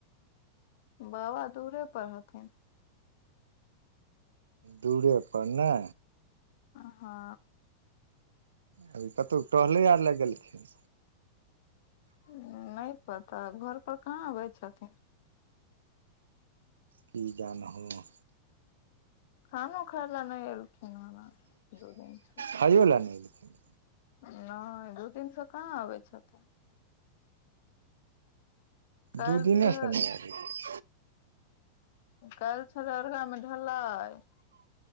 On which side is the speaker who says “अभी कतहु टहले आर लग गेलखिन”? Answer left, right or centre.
Right